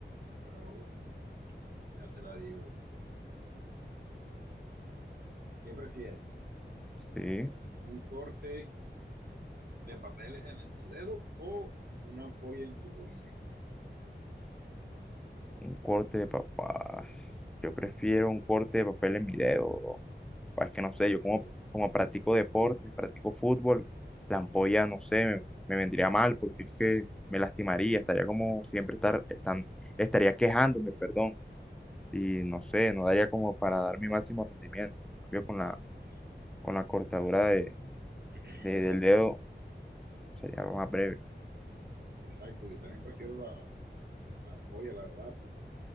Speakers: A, on the right; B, in the centre.
A: Bueno, bro, ya te la digo. ¿Qué prefieres?
B: Sí.
A: un corte de papel en, tu dedo o una ampolla en tu tobillo.
B: Un corte de papá. Yo prefiero un corte de papel en mi dedo, bro. Pa, Es que no
A: O
B: sé,
A: así,
B: yo como,
A: bro.
B: como practico deporte, practico fútbol, la ampolla, no sé, me, me vendría mal porque es que me lastimaría, estaría como siempre estar, están, estaría quejándome, perdón. Y no sé, no daría como para dar mi máximo rendimiento. En cambio, con la,
A: Eso.
B: con la cortadura
A: Exacto,
B: de,
A: bro.
B: de-
A: Yo
B: del
A: también,
B: dedo
A: yo-
B: sería algo más breve.
A: exacto, yo también prefiero la, la ampolla, la verdad, porque,